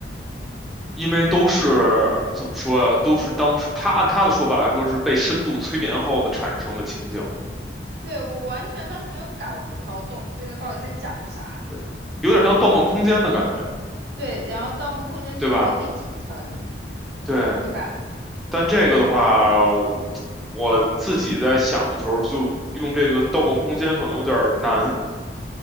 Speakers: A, in the centre; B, on the right.
A: 因为都是怎么说呀、都是当时他按他的说法来说是被深度催眠后的产生的情境，
B: 对，我完全当时没有搞搞懂这个到底在讲啥。
A: 对，有点像《盗梦空间》的感觉，
B: 对，然后《盗梦空间》进入了第几层，
A: 对吧？对，
B: 对吧？
A: 但这个的话，我我自己在想的时候，就用这个《盗梦空间》可能有点儿难，